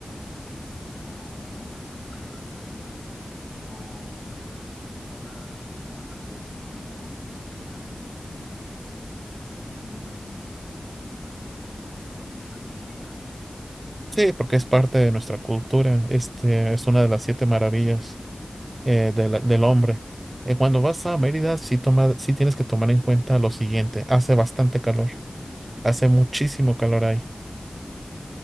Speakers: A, on the left; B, on the right.
A: Wow, me pregunto qué es lo que habrá ahí arriba, pero no sé, ahora, ahora que lo pienso, yo nunca he conocido las pirámides y Y creo que todo mexicano debe conocer las pirámides algún día, ¿no?
B: Sí, porque es parte de nuestra cultura. Este es una de las siete maravillas eh, de la- del hombre. Eh, cuando vas a Mérida, sí, toma, sí tienes que tomar en cuenta lo siguiente. Hace bastante calor. Hace muchísimo calor ahí.